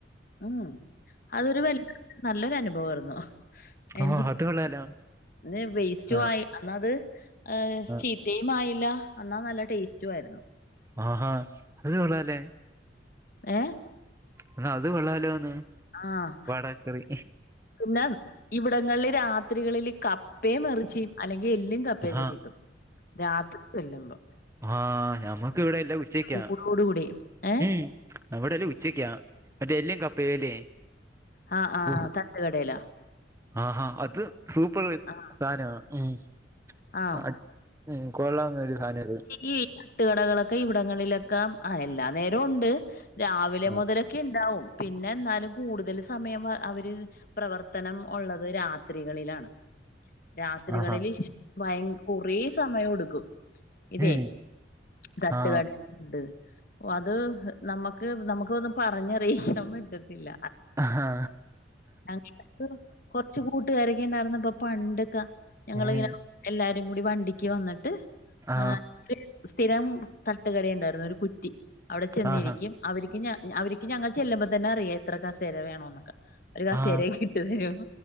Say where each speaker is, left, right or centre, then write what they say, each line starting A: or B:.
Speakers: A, on the left; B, on the right.
A: ഉം അതൊരു വല്ലാ <inaudible> നല്ലൊരു അനുഭവം <unintelligible> എനിക്ക്
B: ഓഹ് അത് കൊള്ളാലോ
A: <unintelligible> വേസ്റ്റും
B: ആഹ്
A: ആയി അന്ന് അത് <unintelligible>
B: ആഹ്
A: ആയില്ല എന്നാ നല്ല ടേസ്റ്റും ആയിരുന്നു
B: ആഹാ അത് കൊള്ളാല്ലെ
A: ഏ
B: എന്നാ അത് കൊള്ളാലോന്ന്
A: ആഹ്
B: വടക്കറി
A: പിന്നെ ഇവിടങ്ങളിൽ രാ ത്രികളില് കപ്പേം എറച്ചിയും അല്ലെങ്കിൽ എല്ലും കപ്പയൊക്കെ
B: ആഹ്
A: കിട്ടും രാത്രി ചെല്ലുമ്പം
B: ആഹാ ഞമ്മുക്ക് ഇവിടെ എല്ലാം ഉച്ചയ്ക്കാ
A: ചൂടോട് കൂടി ഏ
B: ഉം അവിടെല്ലാം ഉച്ചയ്ക്കാ മറ്റേ എല്ലും കപ്പേം ല്ലെ
A: ആ ആ
B: ഓഹ്
A: തട്ടുകടയിലാ
B: ആഹാ അത് സൂപ്പർ
A: ആ
B: സാനാ ഉം
A: ആ
B: <unintelligible> <unintelligible>
A: ഈ തട്ടുകടകളൊക്കെ ഇവിടങ്ങളിലൊക്കെ ആ എല്ലാ നേരോം ഉണ്ട് രാവിലെ
B: ആ
A: മുതലൊക്കെ ഇണ്ടാവും പിന്നെ എന്നാലും കൂടുതൽ സമയം അവര് പ്രവർത്തനം ഉള്ളത് രാത്രികളിലാണ് രാത്രികളിൽ
B: ആഹാ
A: ഭയ കൊറേ സമയം എടുക്കും ഇതെ
B: ഉം
A: തട്ട്
B: ആ
A: കണ്ട് ഓ അത് നമുക്ക് നമുക്ക് ഒന്നും പറഞ്ഞറിയിക്കാൻ പറ്റത്തില്ല
B: ആഹാ
A: ഞങ്ങക ക്കു കുറച്ച കൂടി ഇട്ട് കരക്കേണ്ടായിന്നപ്പൊ പണ്ടൊക്കെ ഞങ്ങളിങ്ങനെ
B: ഉം
A: എല്ലരും കൂടി വണ്ടിക്ക് വന്നിട്ട്
B: ആഹ്
A: ആ സ്ഥിരം തട്ടുകട ഉണ്ടായിരുന്നു ഒരു കുറ്റി അവിടെ ചെന്നിരിക്കും
B: ആഹാ
A: അവര്ക്ക് ഞാൻ അവര്ക്ക് ഞങ്ങൾ ചെല്ലുമ്പോ തന്നെ അറിയാം എത്ര കസേര വേണോന്നൊക്കെ ഒരു കസേരയെ
B: ആ
A: കിട്ടു തരും